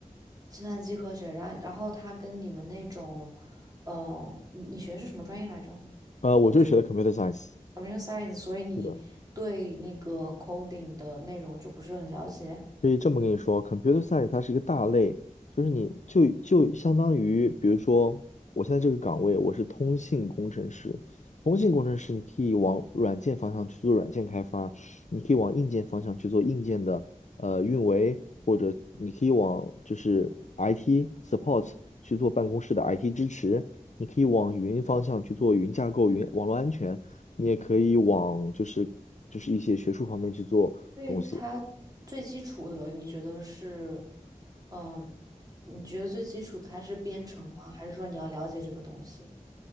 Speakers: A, on the right; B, on the left.
A: 计算机科学，然然后它跟你们那种，呃，你你学的是什么专业来着？
B: 呃，我就是学的
A: 你就是
B: computer science，
A: computer science，所以你对那个
B: 是的，
A: coding 的内容就不是很了解。
B: 可以这么跟你说，computer science 它是一个大类，就是你就就相当于，比如说我现在这个岗位我是通信工程师，通信工程师你可以往软件方向去做软件开发，你可以往硬件方向去做硬件的呃运维，或者你可以往就是 IT support 去做办公室的 IT 支持，你可以往云方向去做云架构、云网络安全，你也可以往就是就是一些学术方面去做。
A: 因为它最基础的，
B: 东西。
A: 你觉得是，嗯、你觉得最基础的它是编程吗？还是说你要了解这个东西？